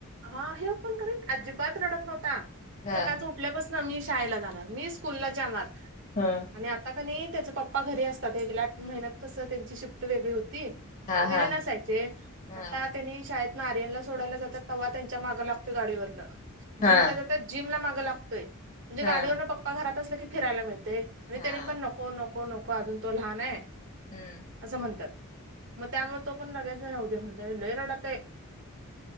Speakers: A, on the right (about 55°); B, on the left (about 35°).
A: हा हे पण खरय अजिबात रडत नव्हता,
B: हा
A: सकाळचा उठल्यापास न मी शाळेला जाणार, मी स्कूलला ज्याणार.
B: हां
A: आणि आता क णी त्याच पप्पा घरी असतात, गेल्या आठ महिन्यात कसं त्यांची शिफ्ट वेगळी होती.
B: हा
A: म
B: हा
A: त्यानी नसायचे,
B: हा
A: आता त्यांनी शाळेतन आर्यनला सोडायला जातात. तवा त्यांच्या माग लागतोय गाडीवरन,
B: हा
A: जिमला जातात जिम ला माग लागतोय, म्हणजे
B: हा
A: गाडीवरनं पप पप्पा घरात असलं की फिरायला मिळतय, आणि
B: हा
A: त्यानी पण नको नको नको अजून तो लहान हाय.
B: हम्म
A: असं म्हणतात, म त्यामुळ तो पण लगेच राहूदे म्हणतंय लय रडतय.